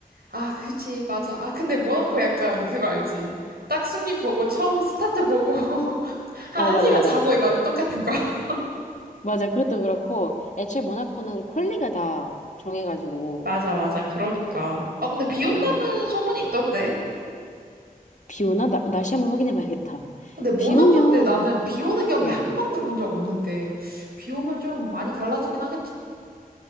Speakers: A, on the right; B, on the left.
A: 아, 그치, 맞아. 아, 근데 모나코 약간 그거 알지? 딱 순위 보고, 처음 스타트 보고, <laughs> 한,
B: 어
A: 한
B: 맞아
A: 시간
B: 맞아
A: 자고
B: 맞아
A: 일어나는 똑같은 거. <laughs>
B: 맞아 그것도 그렇고 애초에 모나코는 퀄리가 다 정해가지고
A: 맞아, 맞아. 그러니까. 아, 근데 비 온다는
B: 아어비
A: 소문이 있던데?
B: 오나 나, 날씨 한번 확인해 봐야겠다.
A: 근데 모나코
B: 비 오면
A: 때 나는 비 오는 경기
B: 어
A: 한 번도 본 적 없는데 비 오면 좀 많이 달라지긴 하겠지?